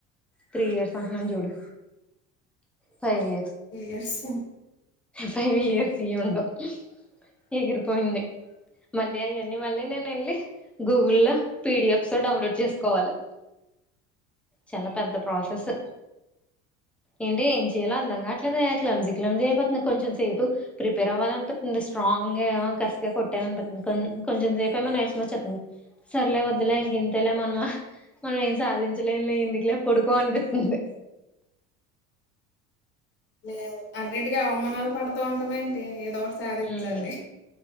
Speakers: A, in the centre; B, on the left.
A: త్రీ ఇయర్స్ అంటం చూడు ఫైవ్ ఇ
B: యర్స్
A: ఫైవ్ ఇయర్స్ వి ఉండవూ ఏగిరీపోయింది. మల్లి అయ్యి మల్లి నేను వెల్లి గూగుల్ లో పిడిఎఫ్స్ డౌన్లోడ్ చేసుకోవాలి. చాలా పెద్ద ప్రాసెస్ స్ ఏంటి ఏం చేయ్యలో అర్థం కావట్లేదు క్లంజి క్లంజి అయపోతంది. నాకు కొంచెం సేపు ప్రిపేర్ అవ్వాలి అనిపత్తంది. స్ట్రాంగ్ గా కసిగా కొట్టాలి అనిపత్తుంది. కొంచెం సేపు ఏమో నిరసం వచ్చస్తుంది సర్లే వద్దులే ఇంక ఇంతేలే మనము మనం ఏం సాధించలేము లే ఎందుకులే పొడుకో అనిపిస్తుంది.
B: లేదు అన్నింటికి అవమానాలు పడుతూ ఉంటాము ఏంటి ఏదో ఒకటి సాధించాలి.
A: ఉమ్